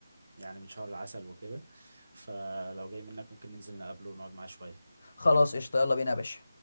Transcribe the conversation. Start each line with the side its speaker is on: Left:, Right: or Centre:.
Right: يعني من شهر العسل وكده فلو جاي منك ممكن ننزل نقابله ونقعد معاه شوية
Left: خلاص قشطه يلا بينا يا باشا